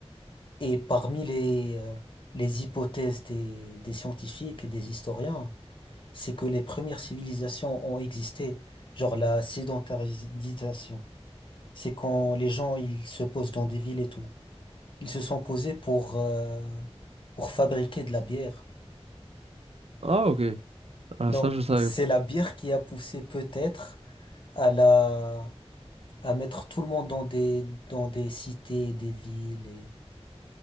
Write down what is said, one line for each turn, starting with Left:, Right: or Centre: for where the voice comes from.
Left: Et parmi les, euh, les hypothèses des, des scientifiques et des historiens, c'est que les premières civilisations ont existé, genre la sédentarisation. C'est quand les gens, ils se posent dans des villes et tout. Ils se sont posés pour, euh, pour fabriquer de la bière.
Right: Ah, ok. Ah,
Left: Donc,
Right: ça, je savais
Left: c'est
Right: pas.
Left: la bière qui a poussé peut-être à la, à mettre tout le monde dans des, dans des cités, des villes et...